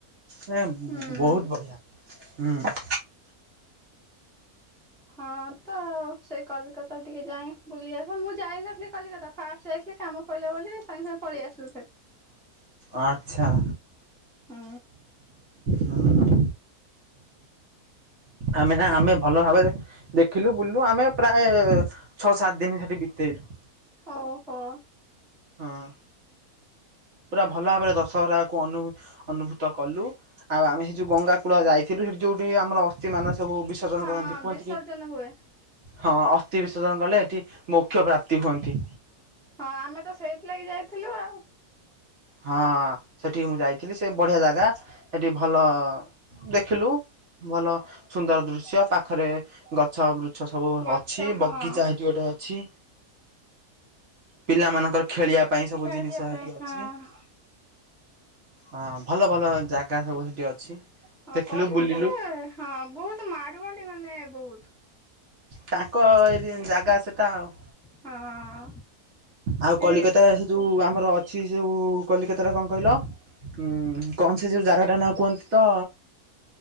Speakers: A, on the right; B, in the centre.
A: ମାନେ
B: ହୁଁ।
A: ବହୁତୁ ବଢିଆ ହୁଁ।
B: ହଁ ତ ଆଉ ସେଇ କଲିକତା ଟିକେ ଯାଏ ବୁଲି ଆସେ। ମୁଁ ଯାଇନଥିଲି କଲିକତା ଫାଷ୍ଟ ଯାଇଥିଲି କାମ କହିଲେ ବୋଲି ସାଙ୍ଗେ ସାଙ୍ଗେ ପଳେଇ ଆସିଲୁ ଫେର୍।
A: ଅ ଆଚ୍ଛା।
B: ହୁଁ।
A: ହୁଁ। ଆମେ ନା
B: କେ
A: ଆମେ ଭଲ ଭାବରେ ଦେଖ ଦେଖିଲୁ ବୁଲିଲୁ ଆମେ ପ୍ରାୟ ଛଅ ସାତ ଦିନି ସେଠି ବିତେଇଲୁ।
B: ଆଉ ହ।
A: ହଁ। ପୁରା ଭଲ ଭାବରେ ଦଶହରାକୁ ଅନୁ ଅନୁଭୂତ କଲୁ ଆଉ ଆମେ ସେଇ ଯୋଉ ଗଙ୍ଗା କୂଳ ଯାଇ ଥିଲୁ ଯୋଠି ଯୋଉଠି ଆମର ଅସ୍ଥି ମାନ ସବୁ ବିସର୍ଜନ
B: ହଁ
A: କରନ୍ତି କୁହନ୍ତି
B: ବିସର୍ଜନ
A: କି
B: ହୁଏ।
A: ହଁ ଅସ୍ଥି ବିସର୍ଜନ କଲେ ଏଠି ମୋକ୍ଷ ପ୍ରାପ୍ତି ହୁଅନ୍ତି।
B: ହଁ ଆମେ ତ ସେଇଥିଲାଗି ଯାଇଥିଲୁ ଆଉ।
A: ହଁ ସେଠିକି ମୁଁ ଯାଇଥିଲି ସେ ବଢିଆ ଜାଗା ସେଠି ଭଲ ଦେଖିଲୁ ଭଲ ସୁନ୍ଦର ଦୃଶ୍ୟ ପାଖରେ ଗଛ ବୃ ଛ ସବୁ
B: ଗଛ
A: ଅଛି
B: ହଁ।
A: ବଗିଚା ହେଠି ଗୋଟେ ଅଛି। ପିଲାମାନଙ୍କର ଖେଳିବା ପାଇଁ ସବୁ
B: ଖେଳିବା
A: ଜିନିଷ ହେଠି
B: ପାଇଁ ହଁ।
A: ଅଛି। ହଁ ଭଲ ଭଲ ଜାଗା ସବୁ ହେଠି ଅଛି।
B: ହଁ
A: ଦେଖିଲୁ
B: କଲିକତା
A: ବୁଲିଲୁ
B: ରେ ହଁ ବହୁତୁ ମାଡୁଆଡି ମାନେ ବହୁତୁ।
A: ତାଙ୍କ ଏରି ଜାଗା ସେଟା ଆଉ।
B: ହଁ।
A: ଆଉ
B: ସେ
A: କଲିକତା ସେ ଯୋଉ ଆମର ଅଛି ଯୋଉ କଲିକତାରେ କଣ କହିଲ? ହୁଁ କଣ ସେ ଯେଉଁ ଜାଗାଟା ନା କୁହନ୍ତି ତ